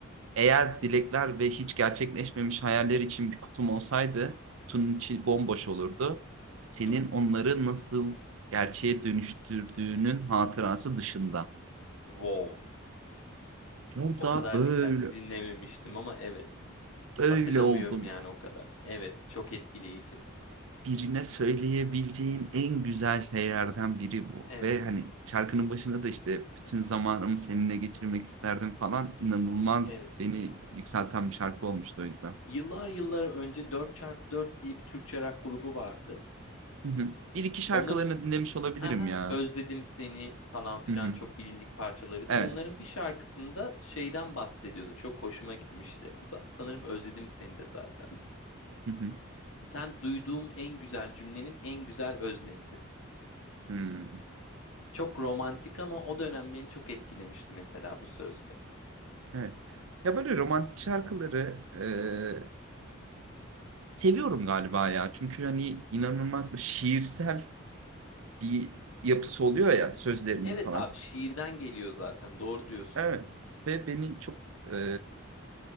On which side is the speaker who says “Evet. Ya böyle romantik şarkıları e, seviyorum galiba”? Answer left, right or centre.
Right